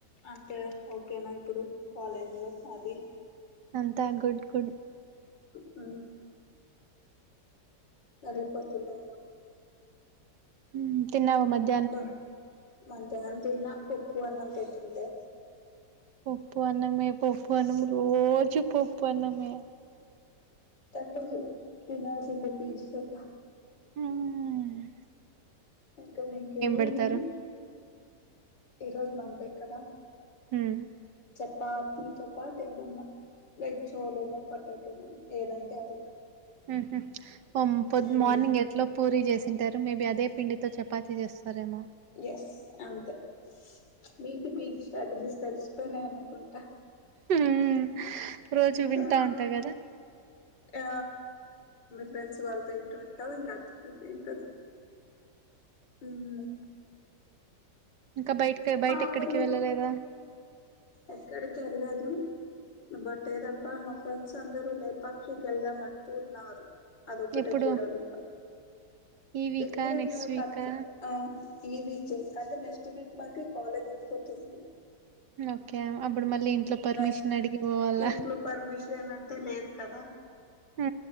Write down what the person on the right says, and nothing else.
అంతా గుడ్ గుడ్
హుమ్ తిన్నావ మధ్యలో
పప్పు అన్నమే పప్పుఅన్నము రోజు పప్పన్నమే
హూమ్ ఉమ్
పెడతారు
ఉమ్
ఉహు అం పొద్
మార్నింగ్ ఎ ఇంట్లో పూరీ చేసింటారు మేబీ అదే పిండితో చెపాతి చేస్తరెమో
ఉమ్ రోజు వింటా
ఉంటా కదా
ఇంకా బయటకి బయట
ఎక్కడికి వెళ్ళలేదా
ఎప్పుడు
ఈ వీకా
నెక్స్ట్ వీకా
ఓకే అప్పుడు మళ్ళీ ఇంట్లో పర్మిషన్
అడిగి పోవాలా
మ్